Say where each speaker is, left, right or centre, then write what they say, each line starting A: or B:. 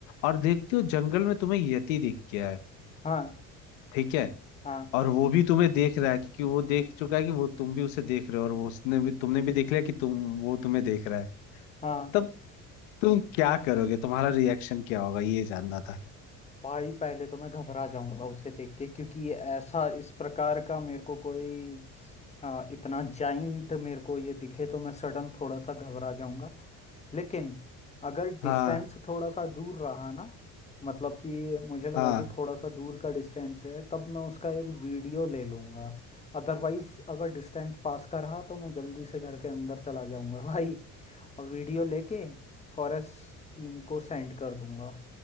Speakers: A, on the left; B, on the left.
A: और देखते हो जंगल में तुम्हें यति दिख गया है
B: हाँ
A: ठीक है
B: हाँ
A: और वो भी तुम्हें देख रहा है क्योंकि वो देख चुका है कि वो तुम भी उसे देख रहे हो और वो उसने भी तुमने भी देख लिया कि तुम वो तुम्हें देख रहा है
B: हाँ
A: तब तुम क्या करोगे तुम्हारा रिएक्शन क्या होगा ये जानना था
B: भाई पहले तो मैं घबरा जाऊंगा उसे देख के क्योंकि ऐसा इस प्रकार का मेरे को कोई आ, इतना जाइंट मेरे को ये दिखे तो मैं सडन थोड़ा सा घबरा जाऊंगा लेकिन अगर डिस्टेंस
A: हाँ
B: थोड़ा सा दूर रहा ना मतलब कि मुझे लगा
A: हाँ
B: कि थोड़ा सा दूर का डिस्टेंस है तब मैं उसका एक वीडियो ले लूंगा अदरवाइज अगर डिस्टेंस पास का रहा तो मैं जल्दी से घर के अंदर चला जाऊंगा <laughs> भाई और वीडियो लेके फॉरेस्ट टीम को सेंड कर दूंगा